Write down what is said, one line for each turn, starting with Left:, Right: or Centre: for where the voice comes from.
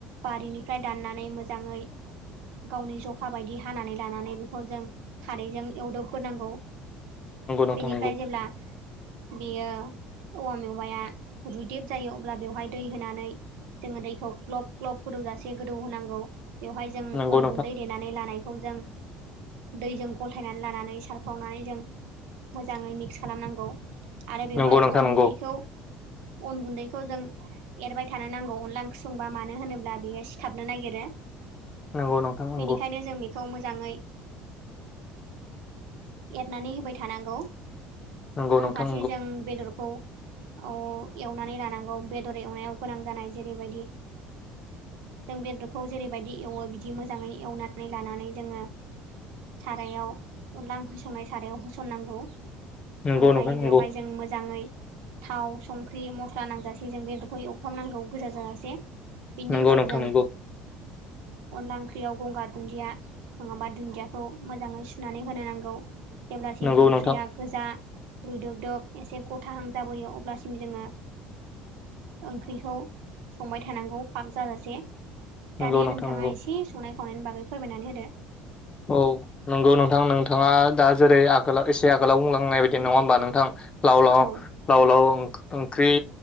Right: बारिनिफ्राय दाननानै मोजाङै गावनि जखा बायदि हानानै लानानै बेखौ जों खारैजों एवदबग्रोनांगौ
Left: नोंथां
Right: बेनिफ्राय
Left: औ
Right: जेब्ला बेयो औवा मेवाया रुैदेब जायो अब्ला बेवहाय दै होनानै जोङो दैखौ ग्लब ग्लब गोदौजासे गोदौ होनांगौ बेवहाय जों
Left: नंगौ
Right: अन गुन्दै देनानै लानाय खौ जों दैजों गलथायनानै लानानै सारफावनानै जों मोजाङै मिक्स खालामनांगौ आरो बेवहाय
Left: नोंथां
Right: अन
Left: नंगौ
Right: गुन्दैखौ अन गुन्दैखौ जों एरबाय थानो नांगौ अनला ओंख्रि संबा मानो होनोब अब्ला बियो सिथाबनो नागिरो
Left: नंगौ नोंथां नंगौ
Right: बेनिखायनो जों बेख खौ मोजाङै एरनानै होबाय थानांगौ
Left: नंगौ
Right: गुबुन
Left: नोंथां
Right: फारसे जों बेदरखौ अ एवनानै लानांगौ बेदर एवनायाव गोनां जानाय जेरैबायदि जों बेदरखौ जेरैबायदि एवो बिदि मोजाङै एवनानै लानानै जोङो सारायाव अनला ओंख्रि संनाय सारायाव होसननांगौ
Left: नंगौ
Right: ओमफाय
Left: नोंथां नंगौ नोंथां नंगौ
Right: बेवहाय जों मोजाङै थाव संख्रि मस्ला नांजासे जों बेदरखौ एवफ्राम नांगौ गोजा जाजासे बिनि उनाव
Left: नंगौ नोंथां
Right: जों
Left: नंगौ नोंथां नंगौ नोंथां नंगौ
Right: अनला ओंख्रियाव गंगार दुन्दिया नङाबा घोन्दियाखौ मोजाङै सुनानै होनो नांगौ जेब्लासिम
Left: नंगौ
Right: ओंख्रिया
Left: नोंथां नंगौ
Right: गोजा रुयदुब दुब एसे गथाहां जाबोयो अब्लासिम जोङो ओंख्रिखौ संबाय थानांगौ फाग जाजासे दानिया
Left: नंगौ नोंथां
Right: नोंथाङा
Left: नंगौ
Right: एसे संनाय खावनायनि बागै फोरमायनानै होदो
Left: औ नंगौ नोंथां नोंथाङा दा जेरै आगोलाव एसे आगोलाव बुंलांनाय बायदि नङा होमबा नोंथां लाव लाव
Right: औ
Left: लाव लाव ओ ओंख्रि